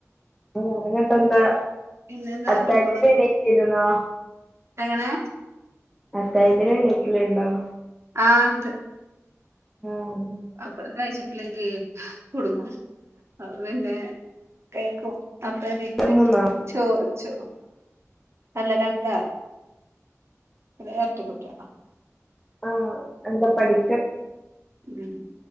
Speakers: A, in the centre; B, on the right.
A: ആ അങ്ങട്ടന്താ
B: പിന്നെന്താ
A: അത്തായത്തിന്
B: ഫുട്ബോള്
A: എണീച്ചിരുന്നോ?
B: എങ്ങനെ?
A: അത്തായത്തിന് എണീക്കലുണ്ടോ?
B: ആഹ് ഇണ്ട്.
A: ആഹ്
B: അപ്പോ കഴ്ച്ചിട്ടില്ലെങ്കി കുടുങ്ങും അപ്പോ പിന്നെ കഴിക്കും. അപ്പോ എണീറ്റ്
A: മൂന്നോ
B: ചോ ചോ അല്ല രണ്ടാള്, <unintelligible> എരട്ടകുട്ടിയളാ.
A: ആ എന്താ പഠി
B: ഉം